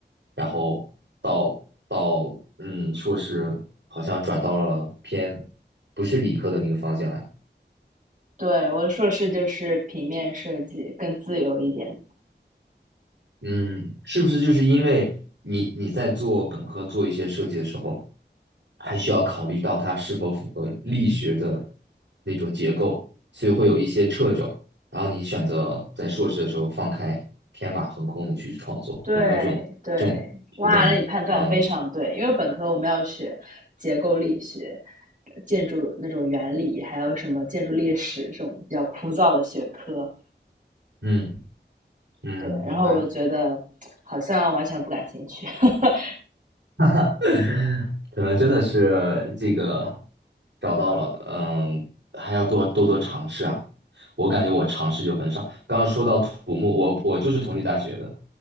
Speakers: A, on the right; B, on the right.
A: 然后到到嗯硕士好像转到了偏不是理科的那个方向啊。
B: 对，我的硕士就是平面设计，更自由一点。
A: 嗯，是不是就是因为你你在做本科做一些设计的时候，还需要考虑到它是否符合力学的那种结构，所以会有一些掣肘。然后你选择在硕士的时候放开天马行空的去创作，
B: 对对，
A: 有没有这种这种因素在里面？
B: 哇，那你判断非常对，
A: 嗯
B: 因为本科我们要学结构力学、建筑那种原理，还有什么建筑历史这种比较枯燥的学科。
A: 嗯嗯，
B: 对，然后我就觉得好像完全不感兴趣。
A: 明白。
B: <laughs>
A: <laughs> 可能真的是这个找到了，嗯，还要多多多尝试啊。我感觉我尝试就很少。刚刚说到土木，我我就是同济大学的，